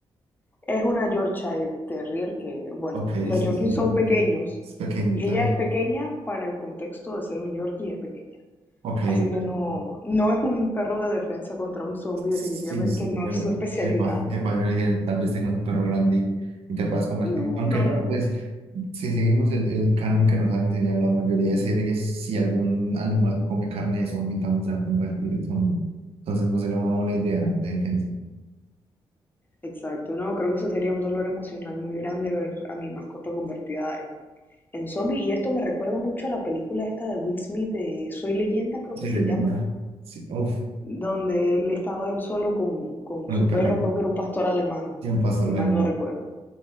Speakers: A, on the left; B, on the right.
A: Es una Yorkshire Terrier que, bueno,
B: Ok,
A: los
B: sí,
A: Yorkies
B: sí,
A: son
B: entiendo.
A: pequeños.
B: Es pequeñita,
A: Ella
B: sí.
A: es pequeña para el contexto de ser un Yorkie, es pequeña.
B: Ok,
A: Así
B: ok.
A: que no, no es un perro de defensa contra un zombie,
B: Sí,
A: definitivamente
B: sí,
A: no
B: yo,
A: es su especialidad.
B: epa, epa, yo dije, tal vez tengas un perro grande y, y te puedas convertir.
A: No,
B: Aunque
A: no,
B: no,
A: no.
B: pues, si seguimos el, el canon que nos han enseñado la mayoría de series, si algún animal come carne de zombie, también se va a convertir en zombie. Entonces no sería una buena idea de defensa.
A: Exacto, no, creo que eso sería un dolor emocional muy grande ver a mi mascota convertida en, en zombie. Y esto me recuerda mucho a la película esta de Will Smith de Soy Leyenda, creo
B: Sí,
A: que se
B: leyenda.
A: llama,
B: Sí, uff,
A: donde él estaba él solo con, con
B: el
A: su
B: perrito.
A: perro, creo que era un pastor alemán,
B: Sí, un pastor
A: si
B: de
A: mal
B: vegano.
A: no recuerdo.